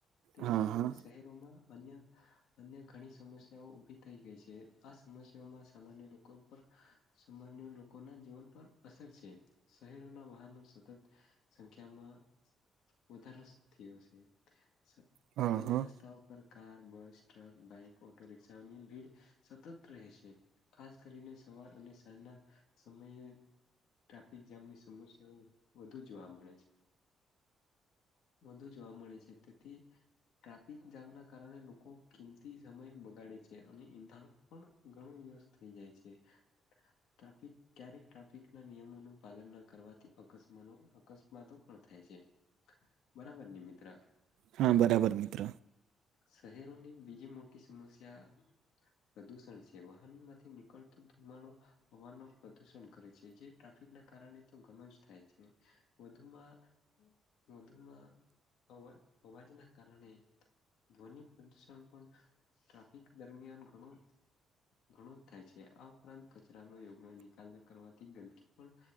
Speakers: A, on the left; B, on the right.
A: તેના
B: હા
A: કારણે
B: હા
A: શહેરોમાં અન્ય અન્ય ઘણી સમસ્યાઓ ઉભી થઈ ગઈ છે. આ સમસ્યામાં સામાન્ય લોકો ઉપર સામાન્ય લોકોના જીવન પર અસર છે. શહેરોના વાહનો સતત સંખ્યામાં વધારો થયો સે. સ
B: હા
A: અને
B: હા
A: રસ્તાઓ પર કાર, બસ, ટ્રક, બાઈક, ઓટોરિક્ષાઓની ભીડ સતત રહે છે. ખાસ કરીને સવાર અને સાંજના સમયે ટ્રાફિક જામની સમસ્યાઓ વધુ જોવા મળે છે. વધુ જોવા મળે છે. તેથી ટ્રાફિક જામના કારણે લોકો કિંમતી સમય બગાડે છે. અને ઈંધણ પણ ઘણુ યુઝ થઈ જાય છે. ટ્રાફિક ક્યારેક ટ્રાફિકના નિયમોનું પાલન ન કરવાથી અકસ્માનો અકસ્માતો પણ થાય છે. બરાબર ને મિત્ર?
B: હા બરાબર મિત્ર.
A: શહેરોની બીજી મોટી સમસ્યા પ્રદુષણ છે. વાહન માંથી નીકળતો ધુમાડો હવાનો પ્રદુષણ કરે છે. જે ટ્રાફિક ના કારણે તો ઘનું જ થાય છે. વધુમાં-વધુમાં અવાજ-અવાજના કારણે ધ્વનિ પ્રદુષણ પણ ટ્રાફિક દરમિયાન ઘણું ઘણુ જ થાય છે. આ ઉપરાંત કચરાનો યોગ્ય નિકાલ ન કરવાથી ગંદકી પણ